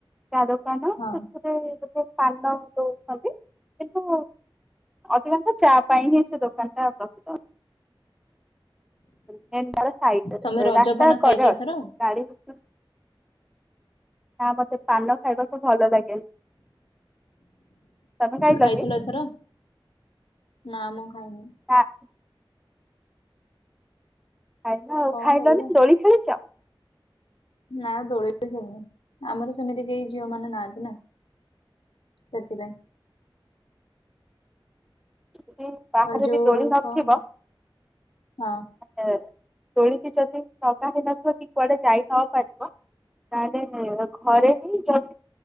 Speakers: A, in the centre; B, on the left.
A: ଚା ଦୋକାନ।
B: ହଁ
A: ରେ ଗୋଟେ ପାନ ଦଉଛନ୍ତି କିନ୍ତୁ ଅଧିକାଂଶ ଚା ପାଇଁ ହିଁ ସେ ଦୋକାନ ଟା ପ୍ରସିଦ୍ଧ। ତ ସ
B: ତମେ ରଜପାନ
A: ରାସ୍ତା
B: ଖାଇଛ
A: କଡେ ଅଛି
B: ଏଥର?
A: ଗାଡି <unintelligible> ନା ମତେ ପାନ ଖାଇବାକୁ ଭଲ ଲାଗେନି। ତମେ ଖାଇଲ
B: ଖାଇଥିଲ
A: କି
B: ଏଥର ନା ମୁଁ ଖାଇନି।
A: ହଁ ଖାଇଲ ଆଉ
B: କଣ
A: ଖାଇଲନି
B: କରିବା
A: ଦୋଳି ଖେଳିଛ?
B: ନା ଦୋଳି ବି ଖେଳିନି ଆମର ସେମିତି କେହି ଝିଅ ମାନେ ନାହାନ୍ତି ନା। ସେଥିପାଇଁ
A: ଯେ ବାହାରେ
B: ଆଉ ଯୋଉ
A: ବି ଦୋଳି ନଥିବ
B: କଣ ହଁ
A: ଆ ଦୋଳିକି ଯଦି ସଜା ହେଇନଥିବ ଟିକ କୁଆଡେ ଯାଇ ନ ପାରିବ ତାହେଲେ ଘରେ ହି ଯଲଦି